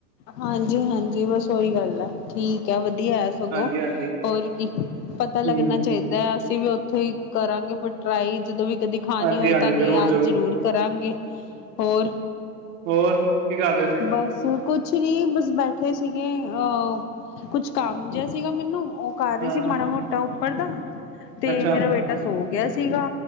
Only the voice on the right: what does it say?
ਹਾਂਜੀ ਹਾਂਜੀ
ਹੂੰ
ਹਾਂਜੀ
ਹਾਂਜੀ
ਜ਼ਰੂਰ
ਹੋਰ? ਕੀ ਕਰ ਰਹੇ ਸੀ?
ਹਾਂ
ਅੱਛਾ